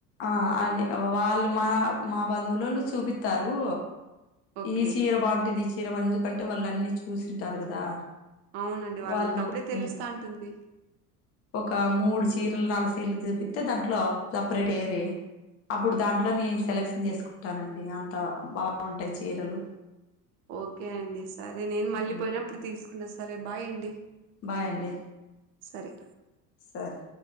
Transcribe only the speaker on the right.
ఓకే
అవునండి వాళ్ళకప్పుడే
తెలుస్తాంటుంది
ఓకే అండి సరే నేను మళ్ళీ
పోయినప్పుడు తీసుకుంటా సరే బాయ్ అండి
సరే